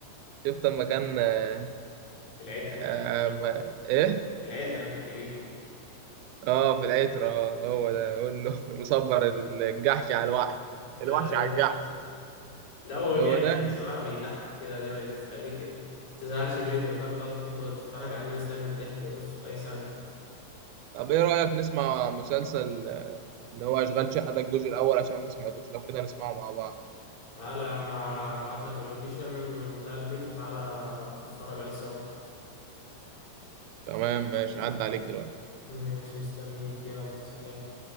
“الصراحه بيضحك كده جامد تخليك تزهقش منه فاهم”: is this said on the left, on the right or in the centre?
Left